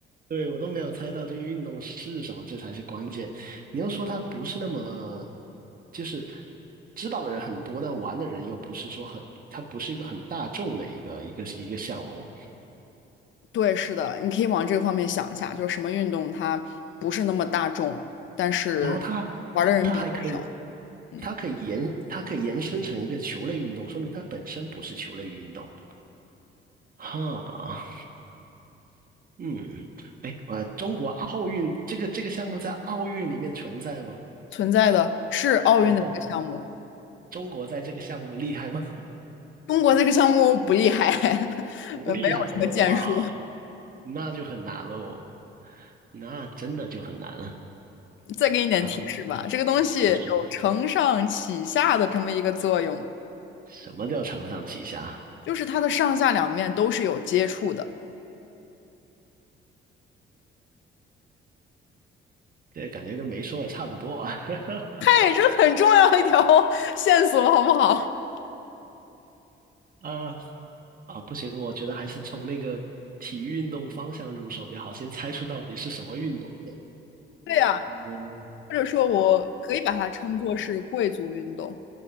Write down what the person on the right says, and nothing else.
对，我都没有猜到这个运动是什么，这才是关键。你要说它不是那么，就是知道的人很多，但玩的人又不是说很，它不是一个很大众的一个一个一个项目。
然后它
它还可以，
它可以延它可以延伸成一个球类运动，说明它本身不是球类运动。哈，嗯，哎，呃，中国奥运这个这个项目在奥运里面存在吗？
存在。中国在这个项目厉害吗？
<laughs> 不厉害，
哇，那就很难喽，那真的就很难了
啊！
你说什么叫承上启下？
这感觉跟没说也差不多啊。<laughs>
啊啊，不行，我觉得还是从那个体育运动方向入手比较好，先猜出到底是什么运动先。
嗯，